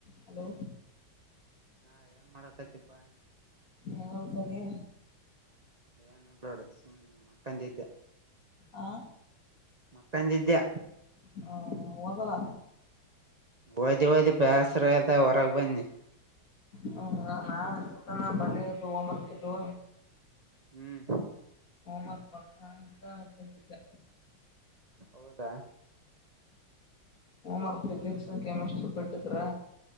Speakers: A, on the left (about 40°); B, on the right (about 35°).
A: Hello
B: ಹಾ ಏನ್ ಮಾಡಕತಿಪಾ
A: ಎಮಲ್ಕದಿ
B: ಏನ ಬಡ ಸುಮ್ ಮಕ್ಕಂದ ತಂದಿದ್ಯ
A: ಆ
B: ಮಕೊಂಡಿದ್ಯ
A: ಹ್ಮ ಒದಲ
B: ಬೋದಿ ಬೋದಿ ಬ್ಯಾಸರ ಆಗ್ಯದ ಹೊರಗೆ ಬದ್ನಿ
A: ಹ ನಾನ್ ಬಂದಿ ಹೊಡದು ಹೋಮ್ ವರ್ಕ್ ಇದ್ದುವ
B: ಹ್ಮ್
A: ಹೋಮ ವರ್ಕ್ ಬರ್ತಾ ಅಂತ ಬಂದಿದ್ಯ
B: ಹೌದಾ
A: ಹೋಮ್ ವರ್ಕ್ ಫಿಸಿಕ್ಸ್, ಕೆಮಿಸ್ಟ್ರಿ ಕೊಟ್ಟಿದ್ರ